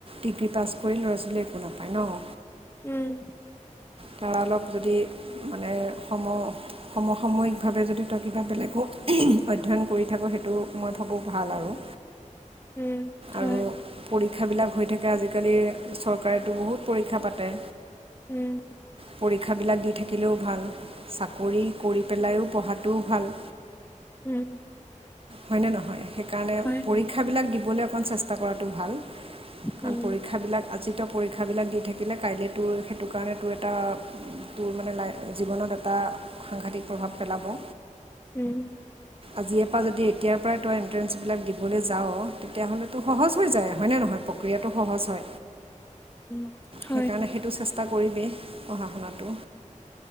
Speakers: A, on the right; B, on the left.
A: ডিগ্ৰী পাছ কৰি ল'ৰা -ছোৱালী একো নাপায় ন'।
B: উম।
A: তাৰ অলপ যদি মানে সম সমসাময়িকভাৱে যদি তই কিবা বেলেগ <unintelligible> অধ্যায়ন কৰি থাক সেইটো মই ভাবো ভাল আৰু
B: উম হয়
A: আৰু পৰীক্ষাবিলাক হৈ থাকে আজিকালি চৰকাৰেতো বহুত পৰীক্ষা পাতে
B: উম।
A: পৰীক্ষাবিলাক দি থাকিলেও ভাল চাকৰি কৰি পেলায়ো পঢ়াটো ভাল।
B: উম।
A: হয়নে নহয় সেইকাৰণে
B: হয়
A: পৰীক্ষাবিলাক
B: হয়
A: দিবলৈ অকণ চেষ্টা কৰাটো ভাল।
B: উম
A: কাৰণ পৰীক্ষাবিলাক আজি পৰীক্ষাবিলাক দি থাকিলে কাইলে তোৰ সেইটো কাৰণে তোৰ এটা তোৰ মানে লাইফ জীৱনত এটা সাংঘাতিক প্ৰভাৱ পেলাব।
B: উম।
A: আজি এ পা যদি তেতিয়াৰ পৰাই তই এণ্ট্ৰেন্ঞ্চবিলাক দিবলৈ যাব তেতিয়াহ'লেতো সহজ হৈ যায় হয়নে নহয় প্ৰক্ৰিয়াটো সহজ হয়।
B: উম। হয়
A: সেইকাৰণে সেইটো চেষ্টা কৰিবি পঢ়া শুনটো।